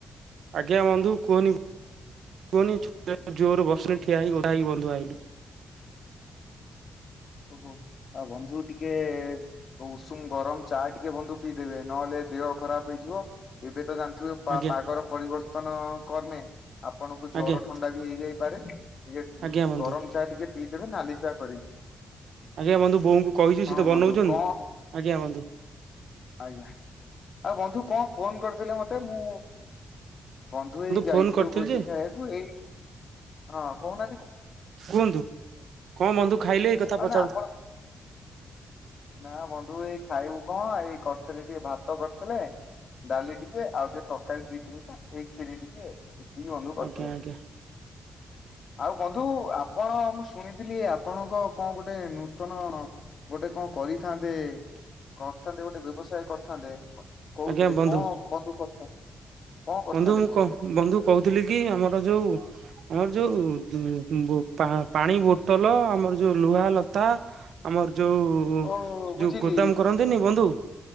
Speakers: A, on the right; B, on the left.
A: ଆଜ୍ଞା ବନ୍ଧୁ କୁହନି କୁହନି ଛୋ <unintelligible> ଜୋର ବର୍ଷାରେ ଠିଆ ହେଇ ଓଦା ହେଇ ବନ୍ଧୁ ଆଇଲୁ। <inaudible>
B: ଓହୋ ଆ ବନ୍ଧୁ ଟିକେ ଉଷୁମ ଗରମ ଚା ଟିକେ ବନ୍ଧୁ ପିଇଦେବେ ନହେଲେ ଦେହ ଖରାପ ହେଇଯିବ ଏବେ ତ ଜା
A: ଆଜ୍ଞା
B: ପାଗର ପରିବର୍ତ୍ତନ କର୍ମେ ଆପଣଙ୍କୁ
A: ଆଜ୍ଞା
B: ଜର ଥଣ୍ଡା ବି ହେଇଯାଇପାରେ ଟିକେ
A: ଆଜ୍ଞା ବନ୍ଧୁ
B: ଗରମ ଚା ଟିକେ ପିଇଦେବେ ନାଲି ଚା କରିକି।
A: ଆଜ୍ଞା ବନ୍ଧୁ ବୋଉଙ୍କୁ କହିଚି
B: ହଁ
A: ସିଏ ତ
B: ବନ୍ଧୁ
A: ବନଉଚନ୍ତି
B: କଣ
A: ଆଜ୍ଞା ବନ୍ଧୁ।
B: ଆଜ୍ଞା ଆଉ ବନ୍ଧୁ କଣ ଫୋନ କରିଥିଲେ ମତେ ମୁଁ ବନ୍ଧୁ ଏଇ ଯାଇଥିଲୁ
A: ଫୋନ କରିଥିଲି
B: ଭୋଜି
A: ଯେ
B: ଖାଇବାକୁ ଏଇ ହଁ କହୁନା।
A: କୁହନ୍ତୁ କଣ ବନ୍ଧୁ ଖାଇଲେ ଏଇ କଥା
B: ହଁ
A: ପ
B: ଆପଣ ନା ବନ୍ଧୁ ଏଇ ଖାଇବୁ କଣ ଏଇ କରିଥିଲେ ଟିକେ ଭା ତ କରିଥିଲେ ଡାଲି ଟିକେ ଆଉ ଟିକେ ତରକାରୀ ଦି ତିନିଟା ଏଇ ଖିରି ଟିକେ ଏତିକି ବନ୍ଧୁ କରିଥିଲେ
A: ଆଜ୍ଞା ଆଜ୍ଞା।
B: ଆଉ ବନ୍ଧୁ ଆପଣ ମୁଁ ଶୁଣିଥିଲି ଆପଣଙ୍କ କଣ ଗୋଟେ ନୂତନ ଗୋଟେ କଣ କରି ଥାନ୍ତେ କରିଥାନ୍ତେ ଗୋଟେ ବ୍ୟବସାୟ କରିଥାନ୍ତେ କହୁଥିଲେ
A: ଆଜ୍ଞା ବନ୍ଧୁ
B: କଣ ବନ୍ଧୁ କରିଥାନ୍ତେ? କଣ କରିଥାନ୍ତେ
A: ବନ୍ଧୁ ମୁଁ
B: କହୁଥିଲେ
A: ବନ୍ଧୁ କହୁଥିଲି କି ଆମର ଯୋଉ ଆମର ଯୋଉ ଉଁ ଉଁ ପାଣି ବୋଟଲ ଆମର ଯୋଉ ଲୁହା ଲତା ଆମର ଯୋଉ
B: ଓହୋ ବୁଝିଲି
A: ଯୋଉ ଗୋଦାମ କରନ୍ତିନି ବନ୍ଧୁ।